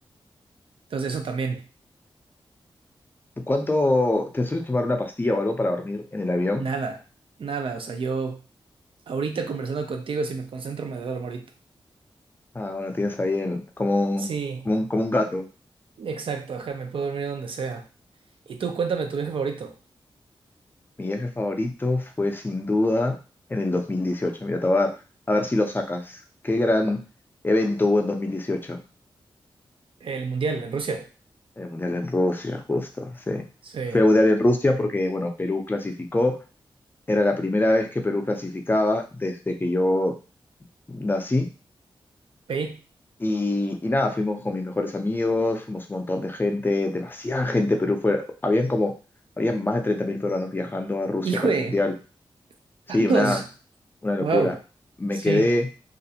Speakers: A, on the right; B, on the left.
A: Entonces eso también,
B: ¿Cuánto te sueles tomar una pastilla o algo para dormir en el avión?
A: nada, nada, o sea, yo Ahorita conversando contigo, si me concentro, me duermo ahorita.
B: Ah, bueno, tienes ahí el, como, un-
A: Sí,
B: como un, como un gato.
A: exacto, ajá, me puedo dormir donde sea. Y tú, cuéntame tu viaje favorito.
B: Mi viaje favorito fue sin duda en el 2018. Mira, te voy a dar- a ver si lo sacas. Qué gran evento hubo en 2018.
A: El mundial en Rusia.
B: El Mundial en Rusia, justo, sí.
A: Sí,
B: Fue el Mundial en Rusia porque, bueno, Perú clasificó. Era la primera vez que Perú clasificaba desde que yo nací
A: ¿veí?
B: Y, y nada, fuimos con mis mejores amigos, fuimos un montón de gente, demasiada gente, Perú fue, habían como, habían más de 30.000 peruanos viajando a Rusia
A: Hijo
B: para
A: de
B: el Mundial. Sí,
A: tantos.
B: una, una locura.
A: Wow.
B: Me
A: Sí.
B: quedé